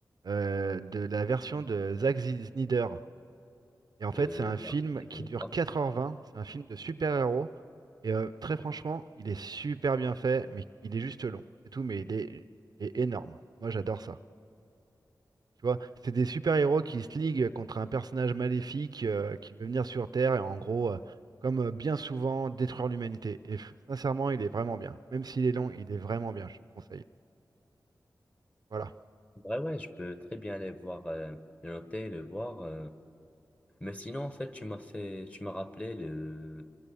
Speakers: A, on the right (about 65°); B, on the left (about 15°).
A: euh, de la version de Zack Snyder. Et en fait,
B: Euh,
A: c'est un film
B: après, je
A: qui
B: connais
A: dure
B: pas.
A: quatre heures vingt. c'est un film de super-héros. Et euh, très franchement, il est super bien fait, mais il est juste long. C'est tout, mais il est, il est énorme. Moi, j'adore ça. Tu vois, c'est des super-héros qui se liguent contre un personnage maléfique euh, qui veut venir sur Terre et en gros, euh, comme euh, bien souvent, détruire l'humanité. Et f- sincèrement, il est vraiment bien. Même s'il est long, il est vraiment bien, je te le conseille. Voilà.
B: Ouais, ouais, je peux très bien aller voir, euh, le noter, le voir. euh. Mais sinon, en fait, tu m'as fait, tu m'as rappelé le,